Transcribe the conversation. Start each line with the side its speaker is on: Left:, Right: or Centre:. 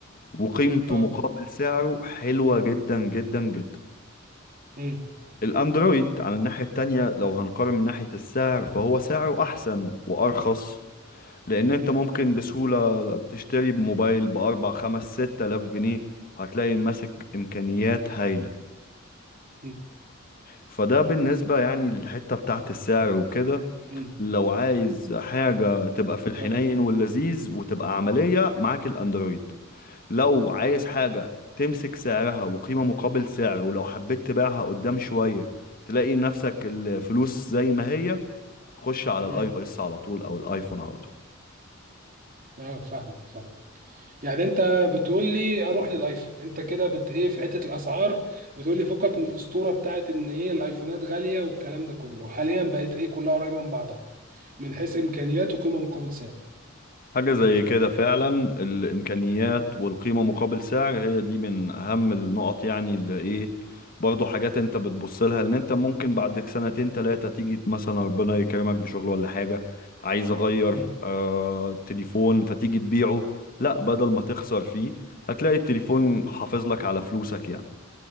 Left: وقيمته
Right: اه
Left: مقابل سعره حلوة جدا جدا جدا
Right: امم
Left: الاندرويد على الناحية التانية لو هنقارن من ناحية السعر فهو سعره أحسن وأرخص لان انت ممكن بسهولة تشتري موبايل باربع خمس ست الاف جنيه هتلاقي ماسك امكانيات هايلة
Right: مم.
Left: فده بالنسبة يعني للحتة بتاعت السعر وكده
Right: مم.
Left: لو عايز حاجة تبقى في الحنين
Right: اه
Left: واللذيذ وتبقى عملية معاك الاندرويد لو عايز حاجة تمسك سعرها وقيمة مقابل سعر ولو حبيت تبيعها قدام شوية تلاقي نفسك الفلوس زي ما هي خش على الاي
Right: مم.
Left: او اس على طول او الايفون على طول
Right: آه، فاهم فاهم يعني انت بتقول لي اروح للايفون انت كده بت ايه في حته الاسعار بتقول لي فكك من الاسطوره بتاعت ان ايه الايفونات غاليه والكلام ده كله حاليا بقت ايه كلها قريبه من بعضها من حيث امكانيات وقيمه مقابل سعر
Left: حاجة زي كده فعلا الإمكانيات
Right: مم.
Left: والقيمة مقابل سعر هي دي من أهم النقط يعني اللي إيه برضه حاجات أنت بتبص لها إن أنت ممكن بعد سنتين تلاتة تيجي مثلا ربنا يكرمك بشغل ولا حاجة عايز أغير
Right: مم.
Left: آه تليفون فتيجي تبيعه لا بدل ما تخسر فيه هتلاقي التليفون حافظ لك على فلوسك يعني